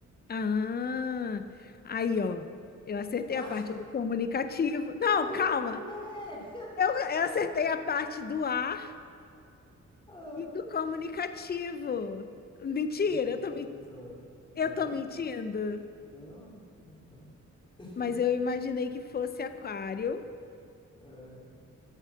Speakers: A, on the left; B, on the left.
A: Ah, aí, ó. Eu acertei
B: <laughs>
A: a parte do comunicativo. Não,
B: Ah, Aí
A: calma.
B: o quê?
A: Eu, eu acertei a parte do ar
B: <laughs> Ah,
A: e do comunicativo. Mentira,
B: sim, acertou.
A: eu tô, men-
B: Não,
A: eu tô mentindo.
B: não, não tá. <laughs>
A: Mas eu imaginei que fosse aquário
B: Aham.